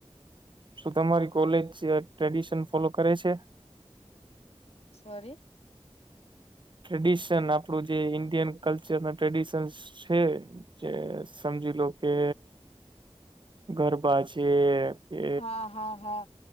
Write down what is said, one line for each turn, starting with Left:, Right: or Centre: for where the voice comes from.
Right: શું તમારી કોલેજ ટ્રેડિશન ફોલો કરે છે?
Left: સોરી
Right: ટ્રેડિશન આપડું જે ઈન્ડિયન કલ્ચર ના ટ્રેડિશનસ છે. જે સમજી લો કે ગરબા છે કે
Left: હા હા હા